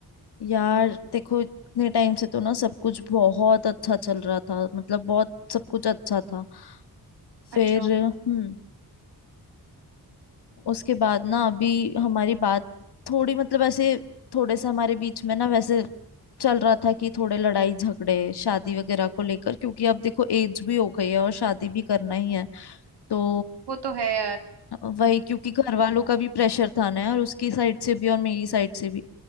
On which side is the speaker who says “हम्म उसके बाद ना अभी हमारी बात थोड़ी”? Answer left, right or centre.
Left